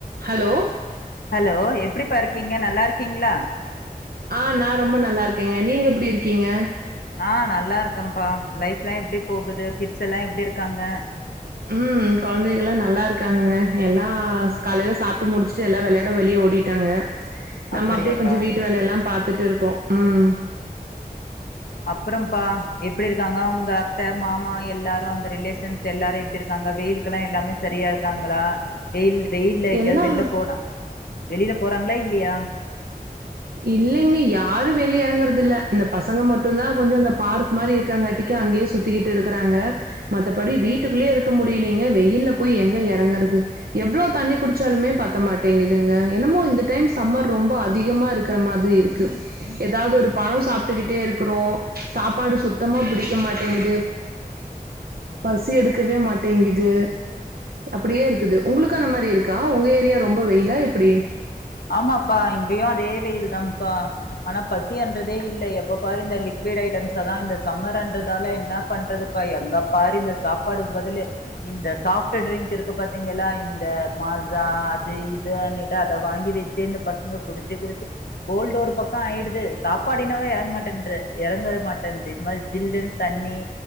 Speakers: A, on the right (about 80°); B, on the left (about 85°).
A: hello
B: hello எப்டிபா இர்க்கீங்க நல்லா இருக்கீங்களா
A: ஆ நா ரொம்ப நல்லா இருக்கேங்க நீங்க எப்படி இருக்கீங்க
B: ஆ நல்லா இருக்கேப்பா லைஃப் எல்லா எப்படி போகுது கிட்ஸ் எல்லா எப்படி இருக்காங்க
A: ம் குழந்தைகல்லா நல்லா இருக்காங்க எல்லா காலையிலா சாப்ட்டு முடிச்சுட்டு எல்லா விளையாட வெளியே ஓடிட்டாங்க நம்ம
B: அப்படியாப்பா
A: அப்படியே கொஞ்ச வீட்டு வேலைய எல்லா பார்த்துட்டு விட்டு இருக்கோ உம்
B: அப்புறம்ப்பா எப்படி இருக்காங்க உங்க அத் த மாமா எல்லாரு வந்த ரிலேஷன்ஸ் எல்லாரு எப்படி இரு அங்க வெயிலுக்குல்லா எல்லாமே சரியா இருக்காங்களா வெயில் வெயில்ல எங்காவது
A: எல்லா
B: வெளில போனா வெளியில போறாங்களா இல்லையா
A: இல்லைங்க யாரு வெளிய எறங்குறது இல்ல இந்த பசங்க மட்டும்தா கொஞ்ச அந்த பார்க்க் மாதிரி இருக்கிறங்காட்டிக்கு அங்கேயே சுத்திக்கிட்டு இருக்கறாங்க மத்தபடி வீட்டுக்குள்ளயே இருக்க முடியலங்க வெயில்ல போய் எங்க இறங்குறது எவ்வளவு தண்ணி குடிச்சாலுமே பத்த மாட்டேங்குதுங்க என்னமோ இந்த டைம் சம்மர் ரொம்ப அதிகமா இருக்கு இருக்கிற மாதிரி இருக்கு ஏதாவது ஒரு பழம் சாப்பிட்டுக்கிட்டே இருக்கிறோ சாப்பாடு சுத்தமா பிடிக்க மாட்டேங்குது பசி எடுக்கவே மாட்டேங்குது அப்படியே இருக்குது உங்களுக்கு அந்த மாதிரி இருக்கா உங்க ஏரியா ரொம்ப வெயிலா எப்படி
B: ஆமாப்பா இங்கேயு அதே வெயில் தாப்பா ஆனா பசின்றதே இல்ல எப்ப பாரு இந்த லிக்விட் ஐட்டம்ஸ்தா இந்த சம்மர்ன்றதால என்ன பண்றதுப்பா எங்க பாரு இந்த சாப்பாடுக்கு பதில இந்த சாஃப்ட் டரிங்க் இருக்கு பாத்தீங்களா இந்த மாசா அது இதுனிட்டு அத வாங்கி வச்ச பசங்ங குடிச்சு குடிச்சு கோல்டு ஒரு பக்கம் ஆய்டுது சாப்பாடு இன்னாவோ இறங்ங மாட்டே இறங்க மாட்டுன்து இந்த மாதிரி ஜில்லுனு தண்ணீ